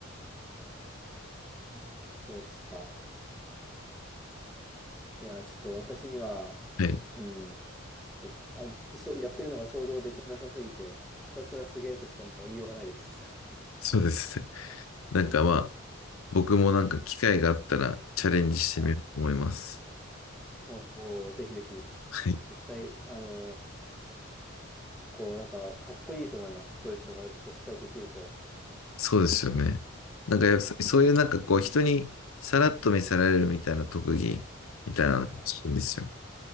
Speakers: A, in the centre; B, on the left.
A: うんスポーツか。いやー、ちょっと私には、
B: はい。
A: うん。ちょっと、あ、そう、やってるのが想像できなさすぎて、ひたすらすげーとしかもう言いようがないです。
B: そうですね。なんかまあ、僕もなんか機会があったらチャレンジしてみようと思います。
A: はい。おお、ぜひぜひ。
B: はい。
A: 絶対、あの、こう、なんか、かっこいいと思います。そういうのが、こう、しっかりできると。
B: そうですよね。なんかやっぱそそういうなんかこう人にさらっと見せられるみたいな特技みたいなのが欲しいんですよ。
A: はいはい。